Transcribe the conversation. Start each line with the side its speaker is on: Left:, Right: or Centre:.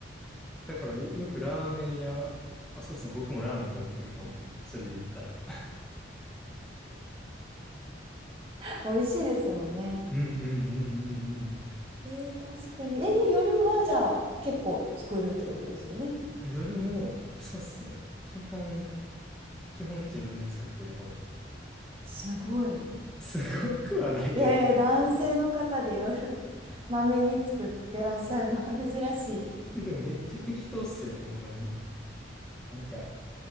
Centre: だからよくラーメン屋、あ、そうですね。僕もラーメン食べてるかも。それで言ったら。
Right: <laughs> 美味しいですもんね。
Centre: うんうんうんうんうん。
Right: えー、確かに。え、で、夜はじゃあ結構作るってことですよね。
Centre: あ夜も、まあそうですね。基本、基本自分で作ってるかも。
Right: すごい。
Centre: すごくはないけど。
Right: えー、男性の方で夜 <laughs> まめに作ってらっしゃるのは <laughs> 珍しい。
Centre: え、でもめっちゃ適当っすよ、ほんまに。なんか、